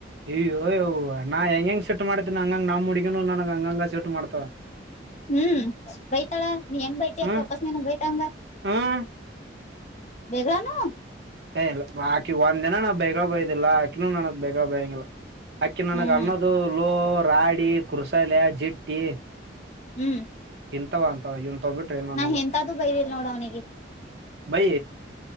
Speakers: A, on the right (about 60°); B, on the left (about 35°).
A: ಎ ಯವ ಯವ್ವ ನಾ ಹೆಂಗ ಹೆಂಗ್ ಸಿಟ್ ಮಾಡ್ತೀನ ಹಂಗಂಗ್ ನಮುುಡ್ಗಿನು ನನ್ಗ ಹಂಗಂಗ ಸಿಟ್ ಮಾಡ್ತಳ.
B: ಹ್ಮ್ ಬೈತಾಳ ನೀ ಹೆಂಗ್ ಬೈತ
A: ಹ್ಮ್
B: ವಾಪಸ್ನಂಗ್ ಬೈದಾಂಗ.
A: ಹ್ಮ್
B: ಬೇಗಾನು
A: ಏ ಇಲ್ಲ ಆಕಿ ಒಂದಿನ ನಾವ್ ಬೇಗ ಬೈದಿಲ್ಲಾ ಆಕಿನೂ ನನಗ್ ಬೇಗ ಬಯಂಗಿಲ್ಲ. ಅಕಿ ನನಗ್
B: ಹ್ಮ್
A: ಅನ್ನದು ಲೋ ರಾಡಿ ಕೃಸಲ ಜಿಟ್ಟಿ.
B: ಹ್ಮ್
A: ಇಂತವ ಅಂತವ ಇಂತವ್ ಬಿಟ್ರೆ ಏನು
B: ನಾ
A: ಅನ್ನಲ್ಲ
B: ಎಂತದು ಬೈದಿಲ್ ನೋಡ್ ಅವ್ನಿಗೆ.
A: ಬೈ